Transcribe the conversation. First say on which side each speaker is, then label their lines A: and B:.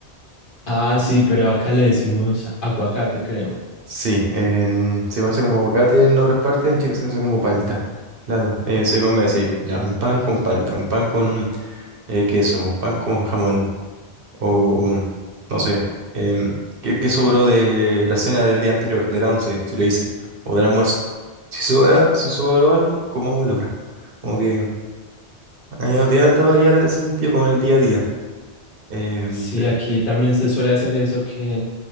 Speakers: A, on the left; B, on the right.
A: Ah, sí, pero acá le decimos aguacate, creo.
B: Sí, en- se conoce como aguacate en otras partes, en Chile se conoce como palta. Claro, eh, se come así, ya, un pan con palta, un pan con eh, queso, un pan con jamón, o no sé, em, ¿qué, qué sobró de la cena del día anterior, de la once, si le dice, o del almuerzo? Si sobra, si sobró algo, comámoslo ahora. Como que Eh, no tiene tanta variedad en ese sentido como en el día a día. Em,
A: Sí,
B: pe-
A: aquí también se suele hacer eso que